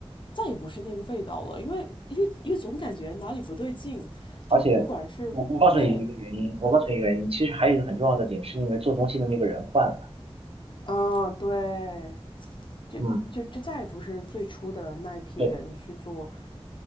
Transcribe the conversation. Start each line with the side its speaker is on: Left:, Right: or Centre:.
Left: 再也不是那个味道了，因为因为因为总感觉哪里不对劲，就不管是对，
Right: 而且我我告诉你一个原因，我告诉你一个原因，其实还有一个很重要的点，是因为做东西的那个人换了。
Left: 啊对，就就就再也不是最初的那一批人去做，
Right: 嗯，对。